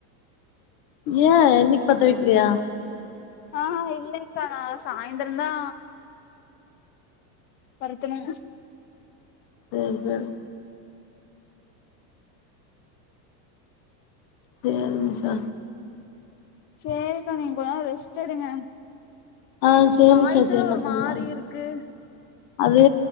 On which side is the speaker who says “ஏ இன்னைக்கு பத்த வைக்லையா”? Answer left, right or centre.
Left